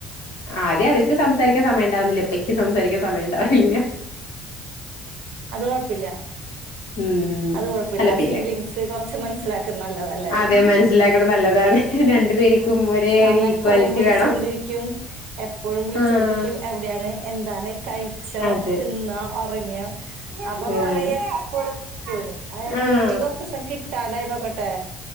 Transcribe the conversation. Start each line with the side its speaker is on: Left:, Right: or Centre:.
Left: ആദ്യം അവർക്ക് സംസാരിക്കാൻ സമയം ഉണ്ടാവുന്നില്ല ഇപ്പേനിക്ക് സംസാരിക്കാൻ സമയം ഉണ്ടാവലില്ല
Right: അത് കൊഴപ്പില്ല
Left: ഉം
Right: അത് കൊഴപ്പില്ല
Left: അല്ല പിന്നെ
Right: ഫീലിങ് സ് കുറച്ച് മനസ്സിലാക്കി നല്ലത എല്ലാരും
Left: അതെ മനസ്സിലാക്കണ നല്ലതാണ് രണ്ടു പേർക്കും ഒരേ
Right: നമ്മ
Left: ഒരു ഈക്വാലിറ്റി
Right: എപ്പോളും വിളിച്ചൊണ്ടിരിക്ക
Left: വേണം
Right: കും എപ്പഴും വിളിച്ചോണ്ടിരിക്കും
Left: ആഹ്
Right: എവിടെയാണ് എന്താണ് കഴിച്ചോ
Left: അതെ
Right: തിന്നോ ഉറങ്ങിയൊ അപ്പൊ
Left: ഏഹ്
Right: പറയും എപ്പേളും വിളിക്കുന്ന്
Left: ആഹ്
Right: വിളി കൊറച്ചൂസം കിട്ടാണ്ടായി നോക്കട്ടെ